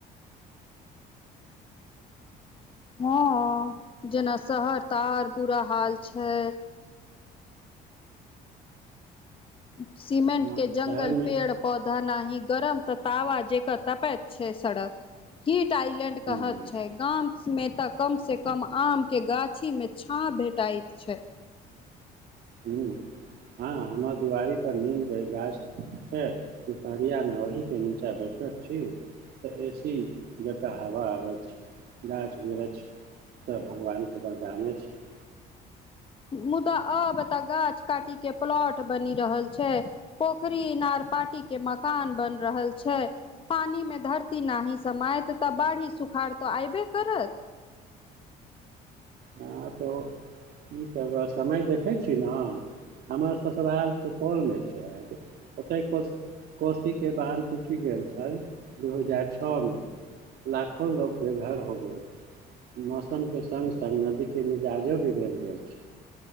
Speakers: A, on the left (about 30°); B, on the right (about 65°).
A: हँ जेना शहर त और बुरा हाल छै सीमेंट
B: आदमी।
A: के जंगल
B: शहरमे
A: पेड़ पौधा न गरम तऽ ताव जेका तपैत छै सड़क हिट आइलैंड
B: ह
A: कहत छै गाममे तऽ कम स कम आमके गाछीमे छाँह भेटाइत छै
B: ह हँ हमर दुआरि पर नीम के गाछ छै दुपहरिया म ओहि के नीचाँ बैठल छी तऽ ए सी जकऽ हवा आबै छै गाछ वृक्ष तऽ भगवान क वरदाने छै
A: मुदा आब तऽ गाछ काटी के प्लॉट बनी रहल छै पोखरी इनार पाटी के मकान बन रहल छै पानिमे धरती नाही समाइत तऽ बाढ़ि सुखाड़ तऽ अऐबे करत
B: हँ तो ठ ह समय देख देखै छी ने हमर ससुराल सुपौलमे छै जे ओतहि प कोशीके बान्ध टूटि गेल छल दू हजार छओमे लाखो लोग बेघर हो गए मौसम के सम तऽ नदीके मिजाजो बिगड़ि गेल छै